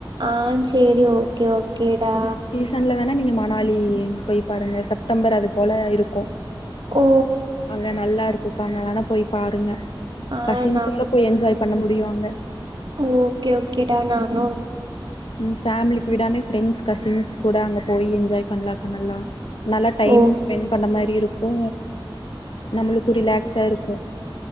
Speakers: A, on the right; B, on the left.
A: ஆ சரி ஓகே ஓகேடா
B: சன்ல வேணா நீங்க மணாலி போய் பாருங்க செப்டம்பர் அது போல இருக்கு
A: கோ
B: அங்க நல்லா இருக்குக்க அங்க வேணா போய் பாருங்க
A: ஆ
B: கசின்ஸோட
A: நா
B: போய் எஞ்ஜாய் பண்ண முடியு அங்க
A: ஓகே ஓகேடா நானு
B: உங் ஃபேமிலிக்கு விடாமே ஃப்ரெண்ட்ஸ் கசின்ஸ் கூட அங்க போய் எஞ்ஜாய் பண்லாக்க நல்லா நல்லா டைமு
A: ஓ
B: ஸ்பெண்ட் பண்ண மாரி இருக்கு நம்மலுக்கு ரிலாக்ஸா இருக்கு